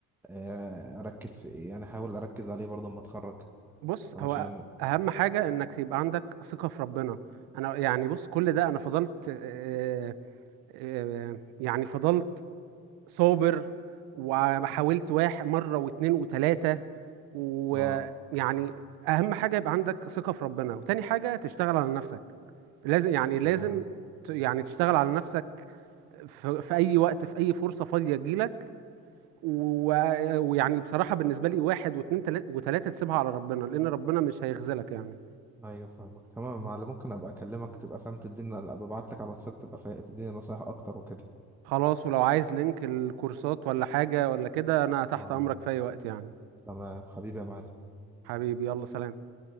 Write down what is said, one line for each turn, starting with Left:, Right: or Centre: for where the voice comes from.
Centre: آه، اركز في ايه يعني احاول اركز عليه برضه اما اتخرج
Right: بص
Centre: طب
Right: هو
Centre: عشان
Right: اهم حاجه انك يبقى عندك ثقه في ربنا انا يعني بص كل ده انا فضلت آه، آه، يعني فضلت صابر وحاولت واحد مره واتنين وتلاته ويعني
Centre: اه
Right: اهم حاجه يبقى عندك ثقه في ربنا وتاني حاجه تشتغل على نفسك لازم يعني لازم
Centre: تمام
Right: ت- يعني تشتغل على نفسك في, في اي وقت في اي فرصه فاضيه تجيلك و- ويعني بصراحه بالنسبه لي واحد واتنين تلا- وتلاته تسيبها على ربنا لان ربنا مش هيخذلك يعني
Centre: ايوه فاهمك تمام معلم ممكن ابقى اكلمك تبقى فاهم تديني ابقى ابعت لك على الواتساب تبقى فا- تديني نصايح اكتر وكده
Right: خلاص ولو عايز لينك الكورسات ولا حاجه ولا كده انا تحت
Centre: اه
Right: امرك في اي وقت يعني
Centre: تمام حبيبي يا معلم
Right: حبيبي يلا سلام